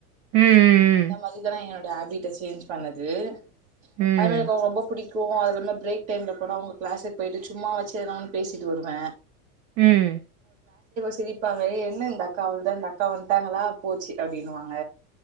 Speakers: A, on the right; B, on the right.
A: ம்
B: அந்த மாரி தான எனோ ட ஹேபிட்ட சேஞ்ச் பண்ணது <unintelligible>
A: ம்
B: ரொம்ப புடிக் கு அதுலேந் ப்ரேக் டைம்ல போனா அவங்க க்ளாஸுக் பேயிட்டு சும்மா வாச்சு எனா ஒன்னு பேசிட்டு வருவ
A: ம்
B: சிரிப்பாங்க எ என்ன இந்த அக்காவ அவள்தான் இந்த அக்கா வந்துட்டாங்களா போச்சு அப்படின்னுுவாங்க